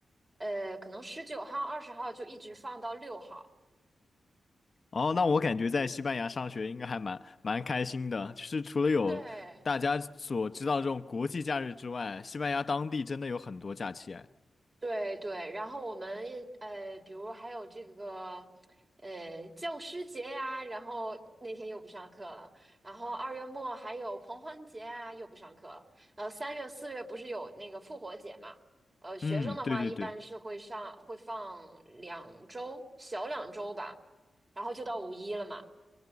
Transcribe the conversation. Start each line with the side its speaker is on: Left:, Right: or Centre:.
Right: 呃，可能十九号、二十号就一直放到六号。
Left: 哦，那我感觉在西班牙上学应该还蛮蛮开心的，就是除了有大家所知道这种国际假日之外，
Right: 对，
Left: 西班牙当地真的有很多假期哎。
Right: 对对，然后我们呃，比如还有这个呃教师节呀，然后那天又不上课了，然后二月末还有狂欢节啊，又不上课了，呃，三月四月不是有那个复活节嘛，呃，学生的话一般是会上会放两周，
Left: 嗯，对对对。
Right: 小两周吧，然后就到五一了嘛，